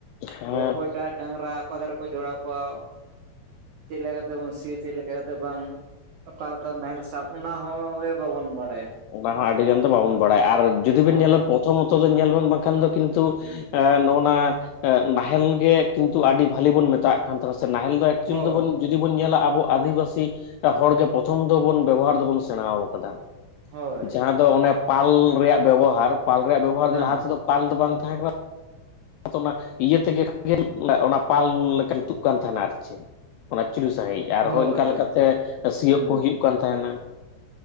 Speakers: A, on the left (about 85°); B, on the right (about 85°).
A: ᱦᱮᱸ
B: ᱡᱮ ᱚᱠᱚᱭᱴᱟᱜ ᱰᱟᱝᱨᱟ ᱚᱠᱟ ᱫᱷᱟᱨᱮ ᱠᱚ ᱡᱚᱲᱟᱣ ᱠᱚᱣᱟ ᱪᱮᱫ ᱞᱮᱠᱟ ᱛᱮ ᱥᱤᱭᱟ ᱪᱮᱫ ᱞᱮᱠᱟ ᱠᱟᱛᱮ ᱵᱟᱝ ᱚᱠᱟ ᱞᱮᱠᱟ ᱱᱟᱦᱮᱞ ᱥᱟᱵ? ᱚᱱᱟ ᱦᱚᱸ ᱜᱮ ᱵᱟᱵᱚᱱ ᱵᱟᱲᱟᱭᱟ᱾
A: ᱚᱱᱟ ᱦᱚᱸ ᱟᱹᱰᱤᱜᱟᱱ ᱫᱚ ᱵᱟᱲᱟᱭᱟ ᱟᱨ ᱡᱩᱫᱤ ᱵᱮᱱ
B: ᱦᱳᱭ
A: ᱧᱮᱞᱟ ᱯᱨᱚᱛᱷᱚᱢᱚᱛᱚ ᱫᱚ ᱧᱮᱞ ᱵᱮᱱ ᱵᱟᱝ ᱠᱷᱟᱱ ᱫᱚ ᱠᱤᱱᱛᱩ ᱱᱚᱜ-ᱱᱟ ᱱᱟᱦᱮᱞ ᱜᱮ ᱠᱤᱱᱛᱩ ᱟᱹᱰᱤ ᱵᱟᱹᱞᱤ ᱵᱚᱱ ᱢᱮᱛᱟᱜ ᱠᱟᱱ ᱛᱟᱦᱮᱱᱟ ᱥᱮ ᱱᱟᱦᱮᱞ ᱮᱠᱪᱩᱭ
B: ᱦᱳᱭ
A: ᱫᱚ ᱵᱚᱱ ᱡᱩᱫᱤ ᱵᱚᱱ ᱧᱮᱞᱟ ᱟᱵᱚ ᱟᱹᱫᱤᱵᱟᱹᱥᱤ ᱦᱚᱲ ᱜᱮ ᱯᱨᱚᱛᱷᱚᱢ ᱫᱚᱵᱚᱱ ᱵᱮᱵᱚᱦᱟᱨ ᱫᱚ ᱵᱚᱱ ᱥᱮᱬᱟᱣ ᱠᱟᱫᱟ᱾
B: <unintelligible>
A: ᱡᱟᱦᱟᱸ ᱫᱚ ᱚᱱᱮ ᱯᱟᱞ ᱨᱮᱭᱟᱜ ᱵᱮᱵᱚᱦᱟᱨ, ᱯᱟᱞ ᱨᱮᱭᱟᱜ ᱵᱮᱵᱚᱦᱟᱨ
B: ᱦᱮᱸ
A: ᱫᱚ ᱞᱟᱦᱟ ᱛᱮ ᱫᱚ ᱯᱟᱞ ᱫᱚ ᱵᱟᱝ ᱛᱟᱦᱮᱸ ᱠᱟᱱᱟ ᱚᱱᱟ ᱤᱭᱟᱹ ᱛᱮ ᱜᱮ ᱚᱱᱟ ᱯᱟᱞ ᱞᱮᱠᱟ ᱨᱤᱛᱩᱫ ᱠᱟᱱ ᱛᱟᱦᱮᱱᱟ ᱟᱨ ᱪᱮᱫ ᱚᱱᱟ ᱪᱩᱨᱩ ᱥᱟᱺᱦᱤᱡ ᱟᱨ
B: ᱦᱳᱭ
A: ᱦᱚᱸ ᱤᱝᱠᱟ
B: ᱦᱳᱭ
A: ᱞᱮᱠᱟ ᱛᱮ ᱥᱤᱭᱳᱜ
B: ᱦᱩᱸ
A: ᱠᱚ ᱦᱩᱭᱩᱜ ᱠᱟᱱ ᱛᱟᱦᱮᱱᱟ ᱾